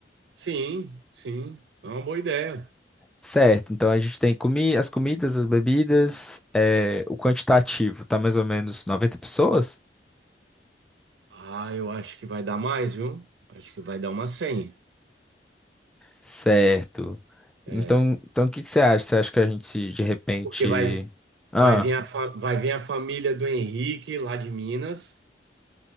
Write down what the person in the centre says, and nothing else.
Certo, então a gente tem comi as comidas, as bebidas, eh, o quantitativo, tá mais ou menos noventa pessoas?
Certo.
Então, então o que que você acha? Você acha que a gente se, de repente...
Ah,